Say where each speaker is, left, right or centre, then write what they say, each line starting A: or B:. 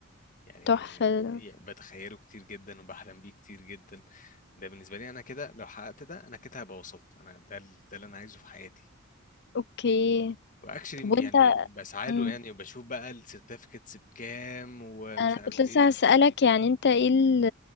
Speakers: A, on the left; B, on the left.
A: يعني
B: تحفة،
A: يعني بتخيله كتير جدا وبحلم بيه كتير جدا ده بالنسبه لي انا كده لو حققت ده انا كده هبقى وصلت انا ده ال- ده اللي انا عايزه في حياتي
B: أوكي،
A: واكشلي
B: طب وأنت
A: يعني بسعى
B: إمم.
A: له يعني وبشوف بقى السيرتيفيكتس بكام ومش
B: أنا
A: عارف
B: كنت لسه
A: ايه
B: هاسألك يعني أنت إيه ال